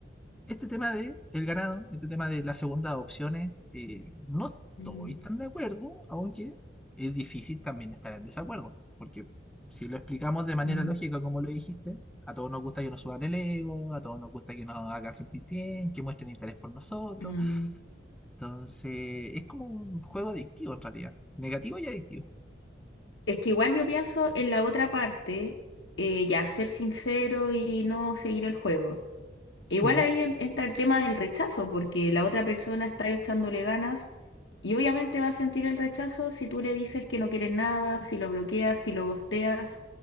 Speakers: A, in the centre; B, on the left.
A: este tema de el ganado, este tema de las segundas opciones, eh, no estoy
B: mm,
A: tan de acuerdo, aunque es difícil también estar en desacuerdo, porque si lo explicamos de manera
B: mm,
A: lógica, como lo dijiste, a todos nos gusta que nos suban el ego, a todos nos gusta que nos hagan sentir bien, que muestren interés por nosotros.
B: mm.
A: Entonces, es como un juego adictivo en realidad, negativo y adictivo.
B: Es que igual yo pienso en la otra parte, eh, ya ser sincero y no seguir el juego. Igual
A: Mm.
B: ahí en- entra el tema del rechazo, porque la otra persona está echándole ganas Y obviamente va a sentir el rechazo si tú le dices que no quieres nada, si lo bloqueas, si lo ghosteas